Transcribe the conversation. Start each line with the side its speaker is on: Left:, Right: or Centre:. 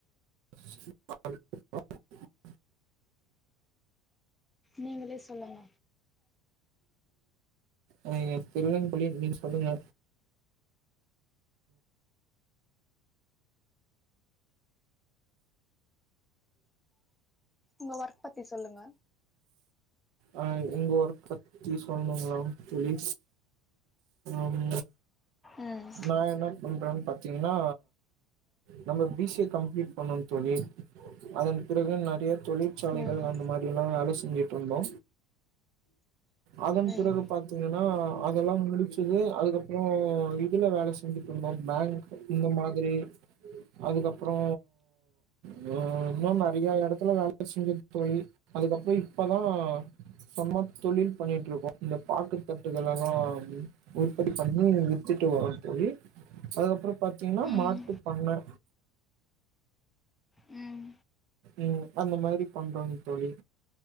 Right: <inaudible>
Centre: நீங்களே சொல்லுங்க
Right: அ இல்லைங் தோழி நீங் சொல்லுங்க
Centre: உங்க ஒர்க் பத்தி சொல்லுங்க
Right: அ எங்க ஒர்க் பத்தி சொல்ணுங்ளா தோழி ம்
Centre: ம்
Right: நா என்ன பண்றன் பாத்தீங்ன்னா நம்ப பி சி ஏ கம்ப்ளீட் பண்ணோ தோழி அதன் பிறகு நெறைய தொழிற்சாலைகள்
Centre: ம்
Right: அந்த மாரில்லா வேல செஞ்சிட்ருந்தோ அதன்
Centre: ம்
Right: பிறகு பாத்தீங்கன்னா அதெல்லா முடிச்சது அதுக்கப்றோ இதுல வேல செஞ்சுட்ருந்தோ பேங்க் இந்த மாதிரி அதுக்கப்றோ னு இன்னு நெறைய எடத்துல வேல செஞ்சிருக் தோழி அதுக்கப்பற இப்பதா சொந்தமா தொழில் பண்ணிட்ருக்கோ இந்த பாக்குத் தட்டுகளல்லா உற்பத்தி பண்ணி வித்துட்டு வர போயி அதுக்கப்புறோ பாத்தீங்கன்னா
Centre: ம்
Right: மாட்டு பண்ண
Centre: ம்
Right: ம் அந்த மாரி பண்றாங்க தோழி